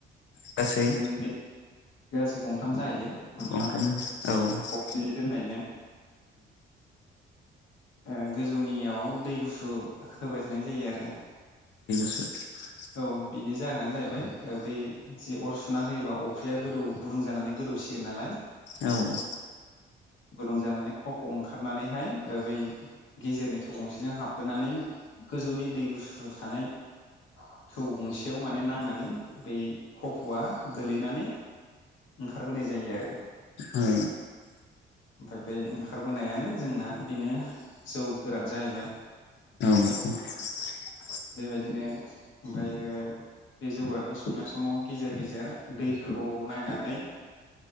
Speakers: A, on the left; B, on the left.
A: गासै
B: जेन बे गासै गंथाम जाहैयो। मोनथाम
A: ओंखारो औ ओं
B: अफ्रि दोननायजों ओ गोजौनियाव दै गुसु होबाय थानाय जायो आरो।
A: <unintelligible>
B: औ बिनि जाहोनानो जाहैबाय बै जि अर सुना होयोबा अफ्रिया गोदौ गुदुं जानानै गोदौ सिगोन नालाय
A: औ ओं
B: गुदुं जानानै खफ' ओंखारनानैहाय ओ बै गेजेरनि थौ गंसेजों हाबबोनानै गोजौनि दै गुसु थानाय थौ गंसेयाव माने नांनानै बै खफ'आ गोलैनानै ओंखारबोनाय जायो आरो।
A: औ
B: ओमफ्राय बे ओंखारबोनायानो जोंना बेनो जौ गोरान जाहैबाय।
A: <inaudible>
B: बेबायदिनो ओमफ्रायो बे जौगोरांखौ संनाय समाव गेजेर गेजेर दैखौ नायनानै